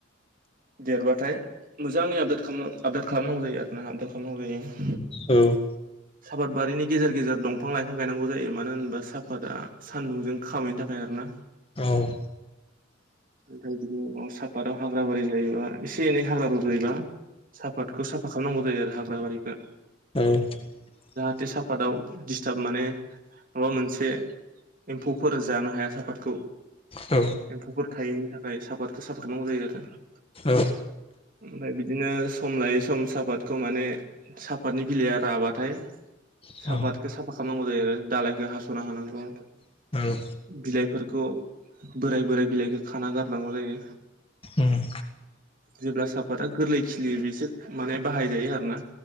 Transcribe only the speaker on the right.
देरबाथाय मोजांङै आबदाल खालाम आबदाल खालामनांगौ जायो आरोना आबदाल खालामनांगौ जायो,
सापाद बारिनि गेजेर गेजेर दंफां लाइफां गायनांगौ जायो, मानो होनबा साफाता सान्दुंजों खामैनि थाखाय आरो ना,
ओमफ्राय बि सापतआव हाग्राबारि जायोबा, एसे एनै हाग्रा रज'योबा सापातखौ साफा खालामनांगौ जायो, आरो हाग्रा बारिखो
जे सापाताव दिडस्टाब माने माबा मोनसे एम्फौफोर जानो हाया सापादखौ
एम्फौफोर थायैनि थाखाय सापादखौ साफा खालामनांगौ जायो, आरो
ओमफ्राय बिदिनो सम लायै सम सापातखौ माने सापातनि बिलाइया राबाथाय
साफातखौ साफा खालामनांगौ जायो आरो दालायखौ हास'ना हानांगौ
बिलाइफोरखौ बोराय बोराय बिलाइखौ खाना गारनांगौ जायो
जेब्ला साफातआ गोरलै खिलियो बेसो माने बाहायजायो आरोना